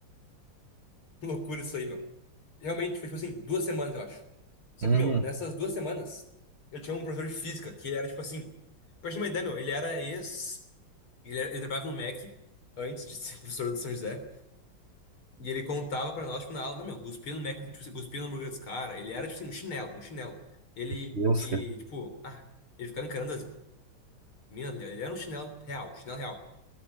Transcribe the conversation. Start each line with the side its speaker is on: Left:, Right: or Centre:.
Left: <laughs> Loucura isso aí, meu. Realmente, foi, tipo assim, duas semanas, eu acho. Só
Right: Uhum.
Left: que, meu, nessas duas semanas, eu tinha um professor de física que era, tipo assim... Pra gente ter uma ideia, meu, ele era ex Ele, era- ele trabalhava no Mac antes de ser <laughs> professor do São José. E ele contava pra nós, tipo, na aula, não, meu, cuspia no Mac, do- tipo, cuspia no hambúrguer dos caras. Ele era, tipo assim, um chinelo, um chinelo. Ele,
Right: Deus,
Left: e,
Right: cara.
Left: tipo, ah, ele ficava encarando as minas, tá ligado? ele era um chinelo real, chinelo real.